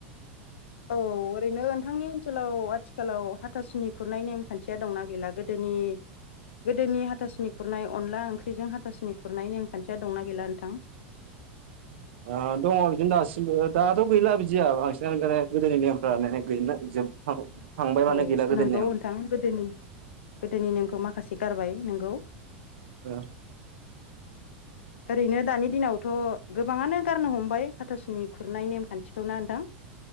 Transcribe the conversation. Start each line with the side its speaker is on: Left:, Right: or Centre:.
Left: औ ओरैनो नोंथांनि ओनसोलाव आथिखालाव हाथासुनि खुरनाय नेमखान्थिया दंना गैला गोदोनि गोदोनि हाथासुनि खुरनाय अनला ओंख्रिजों हाथासुनि खुरनाय नेमखान्थिया दंना गैला नोंथां?
Right: ओ दङ बिदिनो दासिमबो दाथ' गैला बिदिया बांसिनानो गोदोनि नेमफ्रा गैला जोब थां थांबाय माने
Left: औ
Right: गैला गोदोनि
Left: नोंगौ
Right: नेम
Left: नोंथां गोदोनि गोदोनि नेमखौ माखासे गारबाय नोंगौ।
Right: ओ
Left: ओरैनो दानि दिनावथ' गोबाङानो गारनो हमबाय हाथासुनि खुरनाय नेमखान्थिखौ ना नोंथां <inaudible>